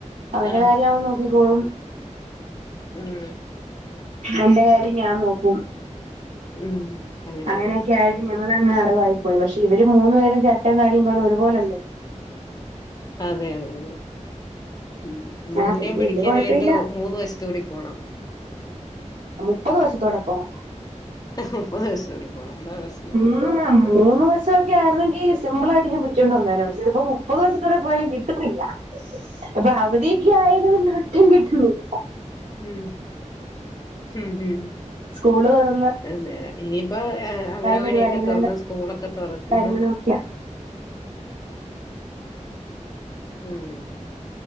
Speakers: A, on the right (about 75°); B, on the left (about 30°).
A: അവന്റെകാര്യംഅവൻനോക്കിക്കോളും
B: ആഹ് ഉം
A: എന്റെകാര്യംഞാൻനോക്കും
B: ഉം അങ്ങനെയാണ്
A: അങ്ങനെയൊക്കെആയി ഞങ്ങളങ് അറിവായിപ്പോയി പക്ഷെ ഇവര്മൂന്ന്പേരും ചെരട്ടേനാടിയംപോലെ ഒരുപോലല്ലേ
B: അതെ അതെ അതെ ഉ മൂന്നിനെയുംപിടിക്കാനായിട്ട്
A: ആഹ് പിന്നെ വല്യ കുഴപ്പമില്ല
B: മൂന്ന് വശ ത്തൂടിപോണം
A: പ്പതുവഷത്തോടെപോണം
B: മുപ്പത് വയസോടിപോണം അതാപ്രശ്നം
A: ങ്ങങ്ങുങ്ങ മൂന്ന് വശക്കെആയിന്നെങ്കി സിമ്പിളായിട്ട്ക്കി പിടിച്ചോണ്ട് വന്നേനേ പക്ഷെഇതിപ്പോ മു പ്പത് വശത്തോടെപോയാലുംകിട്ടുന്നില്ല അപ്പൊഅവധിയിക്കെആയത് കൊണ്ട് ഒട്ടുംകിട്ടുന്നില്ല
B: ഉം ഉം ഉം
A: സ്കൂള്തുറന്ന്
B: <unintelligible> ഇനിയിപ്പോ അംഗനവാടിയൊക്കെതുറന്ന്
A: പരിപാടികളും
B: സ്കൂളൊക്കെതൊറക്കുന്ന
A: കാര്യങ്ങളും ഒക്കെയാ
B: ഉം